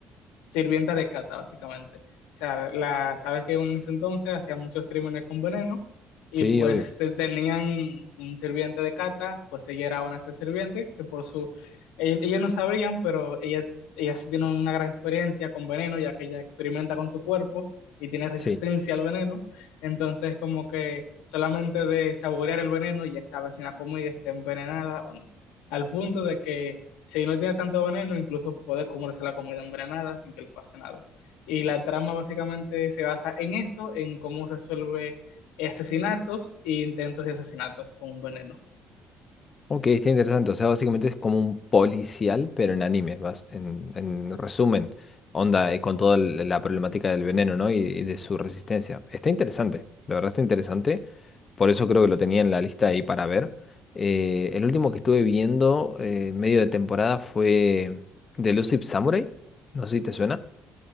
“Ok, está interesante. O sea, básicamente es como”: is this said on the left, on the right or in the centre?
Left